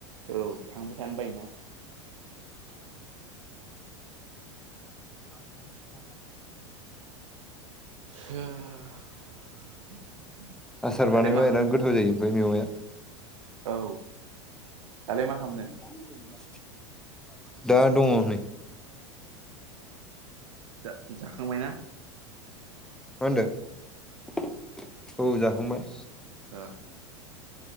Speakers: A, on the right (about 80°); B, in the centre.
A: औ थांबाय थानो बायोना
B: <inaudible>
A: <unintelligible>
B: आसार
A: दालाय
B: बानायबा
A: मा खालामदों
B: बिराद गोथाव जायो ओमफ्राय मेवाया
A: औ दालाय मा खालामदों
B: <inaudible> दा दङ नै
A: जा-जाखांबाय ना?
B: मा होनदों औ जाखांबाय।
A: ओ